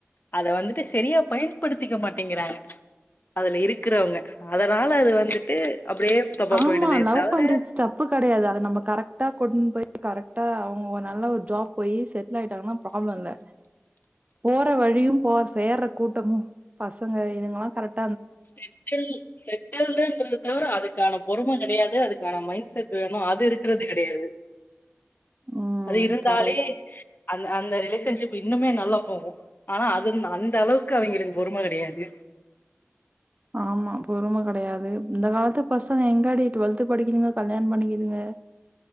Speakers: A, on the left; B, on the right.
A: அத வந்துட்டு செரியா பயன்படுத்திக்க மாட்டேங்கிறாங்க அதுல இருக்கிறவங்க அதனால அது வந்துட்டு அப்டியே தப்பா
B: ஆமா
A: போயிடுதே
B: லவ்
A: தவிர
B: பண்ட் <unintelligible> தப்பு கெடையாது அத நம்ம கரெக்டா கொண் போய் கரெக்டா அவங்க நல்ல ஒரு ஜாப் போயி செட்டில் ஆயிட்டாங்கனா ப்ராப்ள இல்ல போற வழியு போற் சேர்ற கூட்டமு பசங்க இதுங்கெல்லா கரெக்ட்
A: <unintelligible> செட் ஆகலேன்றத தவர அதுக்கான பொறும கெடையாது அதுக்கான மைண்ட் செட் வேணு அது இருக்கிறது கெடையாது
B: ம்.
A: அது இருந்தாலே
B: கரெக்ட்.
A: அந் அந்த ரிலேஷன்ஷிப் இன்னுமே நல்லா போகு ஆனா அதுந் அந்த அளவுக்கு அவிங்களுக்கு பொறும கெடையாது
B: ஆமா பொறும கெடையாது இந்த காலத்து பசங்க எங்காடி டுவெல்த்து படிக்குதுங்க கல்யாண பண்ணிக்கிதுங்க